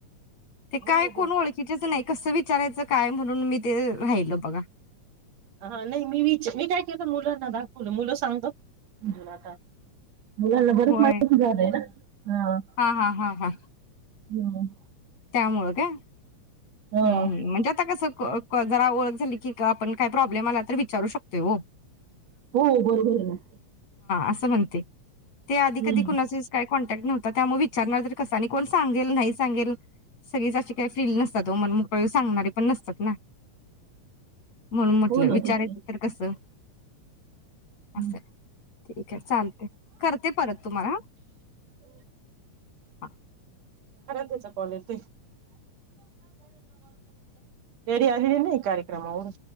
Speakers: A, on the left; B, on the right.
A: ते
B: हो
A: काय
B: हो
A: कोण ओळखीचेच नाहीत. कस विचारायचं काय म्हणून मी ते राहिल बघा.
B: हा नाही मी विच मी काय केलं मुलांना दाखवलं मुलं सांगतात. <inaudible> मुलांना बरच
A: होय
B: माहिती झालंय ना हा. हो.
A: हा हा हा हा
B: हम्म.
A: त्यामुळं काय?
B: हा
A: हम्म
B: हो
A: हम्म म्हणजे आता कसं क जरा ओळख झाली की आपण काय प्रॉब्लेम आला तर विचारू शकतोय हो
B: हो बरोबर आहे
A: असं म्हणते ते आधी-कधी
B: हम्म
A: कुणाचीच काही कॉन्टॅक्ट नव्ह त्यामुळे विचारणार कसं कोण सांगेल नाही सांगेल सगळीच अशी काही फील नसता असा तो मनमोकळी सांगणारी पण नसतात ना म्हणून म्हटलं
B: हो ना
A: विचारायचं
B: तेच ना
A: तर कसं? असं
B: हम्म.
A: ठीक आहे चालते करते परत तुम्हाला हा हा
B: त्याच्या पॉलिटिक रेडी आहे नाय कार्यक्रमावरून